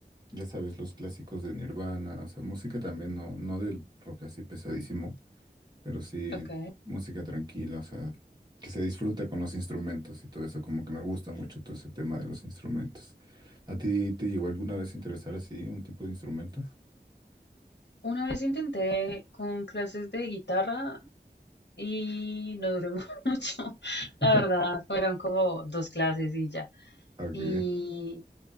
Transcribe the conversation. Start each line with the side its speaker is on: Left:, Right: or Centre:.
Right: ya sabes, los clásicos de Nirvana, o sea, música también, no, no del rock así pesadísimo, pero sí,
Left: Ok.
Right: música tranquila, o sea, que se disfrute con los instrumentos y todo eso, como que me gusta mucho todo ese tema de los instrumentos. ¿A ti te llegó alguna vez a interesar así un tipo de instrumento?
Left: Una vez intenté con clases de guitarra y no duró <laughs> mucho.
Right: <laughs>
Left: La verdad, fueron como dos clases y ya.
Right: Ok,
Left: Y